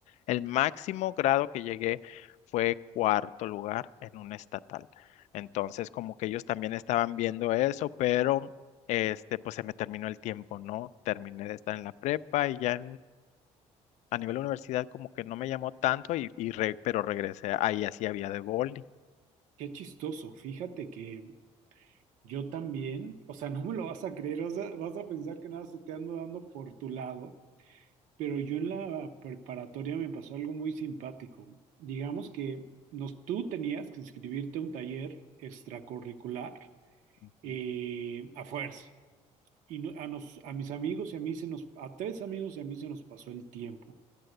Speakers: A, on the left; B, on the right.
A: El máximo grado que llegué fue cuarto lugar en un estatal. Entonces, como que ellos también estaban viendo eso, pero este, pues se me terminó el tiempo, ¿no? Terminé de estar en la prepa y ya a nivel de universidad como que no me llamó tanto, y, y re- pero regresé ahí así había de boli.
B: Qué chistoso, fíjate que yo también, o sea, no me lo vas a creer, vas a, vas a pensar que nada se te ando dando por tu lado. Pero yo en la preparatoria me pasó algo muy simpático. Digamos que nos, tú tenías que inscribirte a un taller extracurricular
A: Ujú.
B: eh, a fuerza. Y no- a, nos- a mis amigos y a mí se nos, a tres amigos y a mí se nos pasó el tiempo.